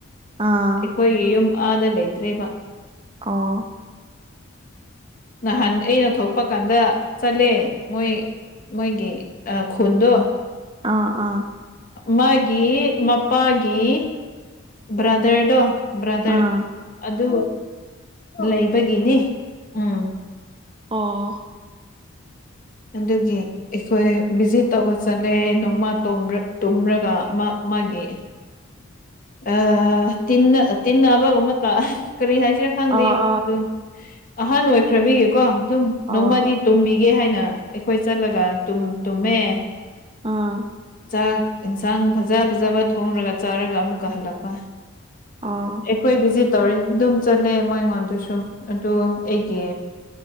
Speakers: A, on the right; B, on the left.
A: ꯑꯥ
B: ꯑꯩꯈꯣꯏꯒꯤ ꯌꯨꯝ ꯑꯥꯗ ꯂꯩꯇ꯭ꯦꯔꯤꯕ
A: ꯑꯥ
B: ꯅꯍꯥꯟ ꯑꯩꯅ ꯊꯣꯛꯄ ꯀꯥꯟꯗ ꯆꯠꯂꯦ ꯃꯣꯏ ꯃꯣꯏꯒꯤ ꯈꯨꯟꯗꯣ
A: ꯑ ꯑꯥ
B: ꯃꯥꯒꯤ ꯃꯄꯥꯒꯤ ꯕ꯭ꯔꯗꯔꯗꯣ ꯕ꯭ꯔꯥꯗꯔ
A: ꯑꯥ
B: ꯑꯗꯨ ꯂꯩꯕꯒꯤꯅꯤ ꯎꯝ
A: ꯑꯥ
B: ꯑꯗꯨꯒꯤ ꯑꯩꯈꯣꯏ ꯚꯤꯖꯤꯠ ꯇꯧꯕ ꯆꯠꯂꯦ ꯅꯣꯡꯃ ꯇꯨꯝꯔꯒ ꯃꯥ ꯃꯥꯒꯤ ꯑ ꯇꯤꯟꯅ ꯇꯤꯟꯅ ꯑꯕꯒ ꯑꯃ ꯀꯔꯤ ꯍꯥꯏꯁꯤꯔꯦ ꯈꯪꯗꯦ
A: ꯑꯥ
B: ꯑꯗꯨ ꯑꯍꯥꯟ ꯑꯣꯏꯈ꯭ꯔꯕꯤꯒꯦꯀꯣ ꯑꯗꯨꯝ ꯅꯣꯡꯃꯗꯤ
A: ꯑꯥ ꯑꯣ
B: ꯇꯨꯝꯕꯤꯒꯦ ꯍꯥꯏꯅ ꯑꯩꯈꯣꯏ ꯆꯠꯂꯒ ꯇꯨꯝꯃꯦ
A: ꯑꯥ
B: ꯆꯥꯛ ꯏꯟꯁꯥꯡ ꯐꯖ ꯐꯖꯕ ꯊꯣꯡꯔꯒ ꯆꯥꯔꯒ ꯑꯃꯨꯛꯀ ꯍꯜꯂꯛꯄ
A: ꯑꯥ
B: ꯑꯩꯈꯣꯏ ꯚꯤꯖꯤꯠ ꯇꯧꯔꯤ ꯑꯗꯨꯝ ꯆꯠꯂꯦ ꯃꯣꯏ ꯑꯩꯉꯣꯟꯗꯨꯁꯨ ꯑꯗꯨ ꯑꯩꯒꯤ